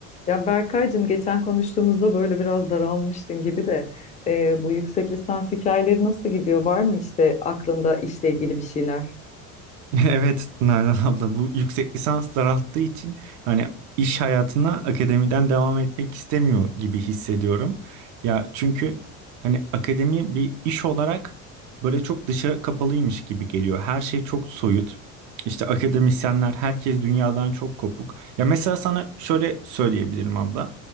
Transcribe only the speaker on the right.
<laughs> Evet Nalan abla bu yüksek lisans daralttığı için hani iş hayatına akademiden devam etmek istemiyor gibi hissediyorum. Ya çünkü hani akademi bir iş olarak böyle çok dışa kapalıymış gibi geliyor. Her şey çok soyut. İşte akademisyenler herkes dünyadan çok kopuk. Ya mesela sana şöyle söyleyebilirim abla.